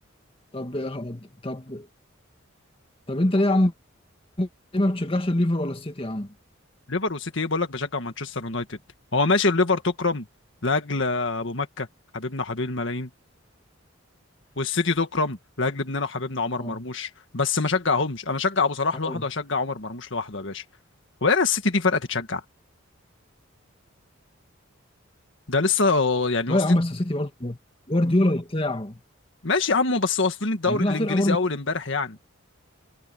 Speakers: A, on the left (about 25°); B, on the left (about 60°).
A: طب طب طب انت ليه يا عم ليه ما بتشجعش الليفر ولا السيتي يا عم
B: ليفر وسيتي ايه بقول لك بشجع مانشستر يونايتد هو ماشي الليفر تكرم لاجل ابو مكه حبيبنا وحبيب الملايين والسيتي تكرم لاجل ابننا وحبيبنا عمر
A: اه
B: مرموش بس ما شجعهمش انا اشجع ابو صلاح
A: أيوة.
B: لوحده واشجع عمر مرموش لوحده يا باشا وبعدين السيتي دي فرقه تتشجع ده لسه آه، يعني
A: لا
B: واصلين
A: يا عم بس السيتي برضه جوارديولا وبتاعه
B: ماشي يا عمو بس واصلين الدوري
A: يعني
B: الانجليزي
A: لا فرقه برضه
B: اول امبارح يعني